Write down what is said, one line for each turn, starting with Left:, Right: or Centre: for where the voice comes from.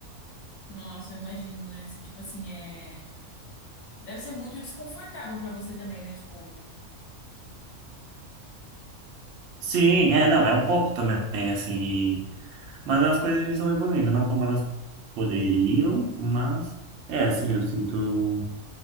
Left: Nossa, eu imagino, né? Você, tipo assim, é. Deve ser muito desconfortável pra você também, né? Tipo,
Right: Sim, é, não, é um pouco também, assim. e- mas as coisas estão evoluindo, não como elas poderiam, mas é assim, eu sinto,